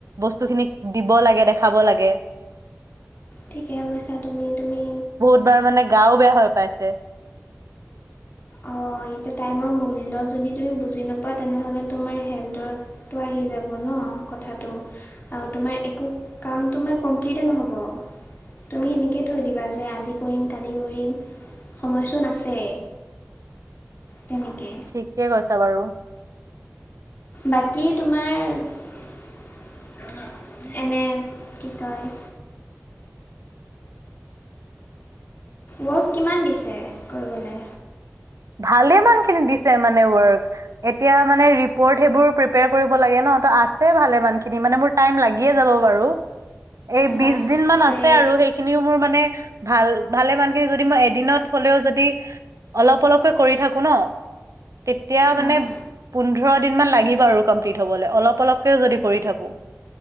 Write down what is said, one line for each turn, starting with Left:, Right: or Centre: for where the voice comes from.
Right: বস্তু খিনিক দিব লাগে দেখাব লাগে।
Left: ঠিকে কৈছা তুমি, তুমি
Right: এইবাৰ মানে গাও বেয়া হৈ পাইছে।
Left: অ এতিয়া টাইমৰ মূল্য যদি তুমি বুজি নোপোৱা তেনেহ'লে তোমাৰ হেলথৰ তো আহি যাব ন কথাতটো আৰু তোমাৰ একো কাম তোমাৰ কমপ্লিটে নহ'ব। তুমি সেনেকে থৈ দিবা যে আজি কৰিম কালি কৰিম সময়চোন আছে। তেনেকে
Right: ঠিকে কৈছা বাৰু।
Left: বাকী তোমাৰ এনে কি কয়? ৱৰ্ক কিমান দিছে কৰিবলে?
Right: ভালে মান খিনি দিছে মানে ৱৰ্ক। এতিয়া মানে ৰিপৰ্ট সেইবোৰ প্ৰিপেয়াৰ কৰিব লাগে ন, ত আছে ভালে ইমান খিনি মানে মোৰ। টাইম লাগি এ যাব বাৰু, এই
Left: বাপৰে
Right: বিছদিন মান আছে আৰু খিনিও মোৰ মানে ভাল ভালে মানকে যদি মই এদিনত হ'লেও যদি অলপ, অলপ কৰি থাকি ন তেতিয়া মানে
Left: অঁ
Right: পো- পোন্ধৰ দিন মান লাগিব আৰু কমপ্লিট হবলৈ, অলপ অলপকেও যদি কৰি থাকো।